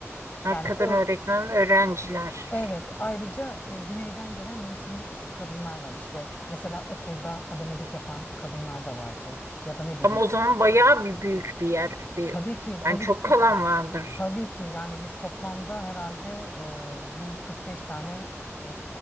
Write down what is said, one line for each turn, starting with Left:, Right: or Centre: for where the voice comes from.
Right: Hakikaten
Left: Yani ö-
Right: öğretmen ve öğrenciler.
Left: evet ayrıca e, Güney'den gelen mevsimlik işçi kadınlar var. İşte mesela okulda hademelik yapan kadınlar da vardı. Ya da ne bileyim.
Right: Ama o zaman bayağı bir büyük bir yerdi.
Left: Tabii ki, tabii
Right: Yani çok
Left: ki çok
Right: kalan
Left: büyük.
Right: vardır.
Left: Tabii ki yani biz toplamda herhalde e, bir 45 tane e,